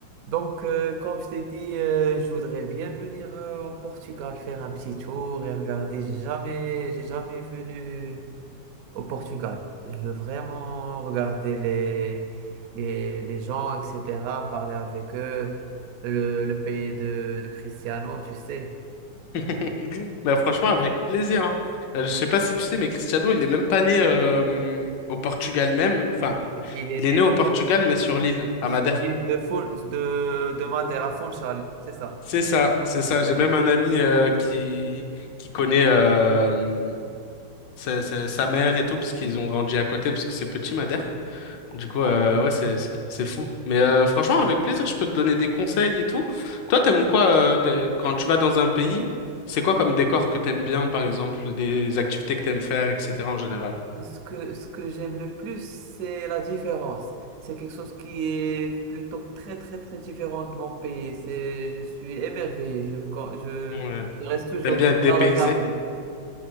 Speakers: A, on the right; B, on the left.
A: Donc, euh, comme je t'ai dit, euh, je voudrais bien venir euh, au Portugal faire un petit tour et regarder. J'ai jamais, j'ai jamais venu au Portugal. Je veux vraiment regarder les, les, les gens, etc., parler avec eux. Le, le pays de, de Cristiano, tu sais,
B: <laughs> Bah franchement, avec plaisir. hein. Euh, Je sais pas si tu sais, mais Cristiano, il est même pas né euh, au Portugal même. Enfin,
A: il est
B: il
A: né
B: est né au Portugal, mais sur l'île, à
A: sur
B: Madère.
A: l'île de, Fun- de, de Madère à Funchal, c'est ça.
B: C'est ça, c'est ça.
A: Ouais.
B: J'ai même un ami euh, qui qui connaît euh, sa, sa- sa mère et tout, parce qu'ils ont grandi à côté, parce que c'est petit Madère. Du coup,
A: Ah
B: euh,
A: bon.
B: ouais, c'est c'est c'est fou. Mais euh, franchement, avec plaisir, je peux te donner des conseils et tout. Toi, t'aimes quoi euh, t'es- quand tu vas dans un pays? C'est quoi comme décor que t'aimes bien, par exemple, des activités que t'aimes faire, etc. en général?
A: Ce que, ce que j'aime le plus, c'est la différence. C'est quelque chose qui est plutôt très, très, très différent de mon pays. C'est, je suis émerveillé. Je, quand- je,
B: Ouais.
A: je reste toujours
B: T'aimes bien
A: juste
B: être dépaysé?
A: à regarder.